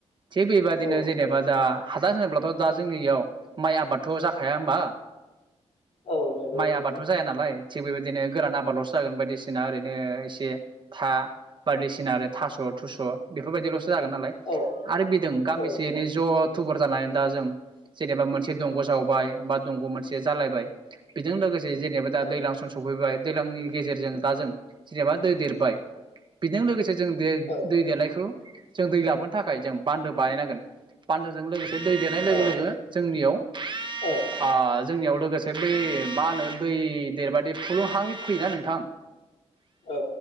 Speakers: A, on the right; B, on the left.
A: थिग बेबायदिनो
B: औ
A: जेनेबा
B: नोंथां
A: दा हादान होनोब्लाथ' दा जोंनियाव माइ आबाद हाया होमबा
B: औ नंगौ
A: माइ
B: नोंथां
A: आबादथ' जाया नालाय थिग बेबायदिनो गोरान आबादल'सो जागोन बायदिसिना ओरैनो एसे था बायदिसिना थास' थुस' बेफोरबायदिल'सो जागोन नालाय
B: औ
A: आरो बिदों गामिसेनै
B: औ नंगौ
A: ज'थुबर जानानै दा जों जेनेबा मोनसे दंग' जावबाय बा दंग' मोनसे जालायबाय बेजों लोगोसे जेनेबा दा
B: औ
A: दैलां सम सफैबाय दैलांनि गेजेरजों दा जों जेनेबा दै देरबाय बेजों लोगोसे जों दै
B: औ
A: देनायखौ जों दै लाबोनो थाखाय जों बान्दो बानायनांगोन बान्दोजों लोगोसे दै देरनाय लोगो
B: औ
A: लोगो जोंनियाव
B: औ
A: आ जोंनियाव लोगोसे बै मा होनो दै देरबादि फुलुं हा फैयोना नोंथां
B: औ